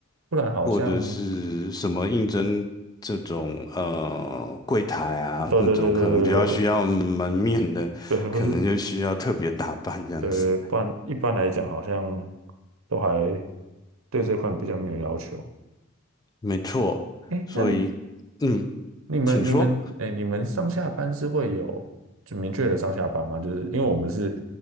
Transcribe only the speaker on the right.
不然好像
对对对对对，
会对，或是
对，不然一般来讲好像都还对这块比较没有要求。
哎，
那你们你们哎，
你们上下班是会有就明确的上下班吗？就是因为我们是，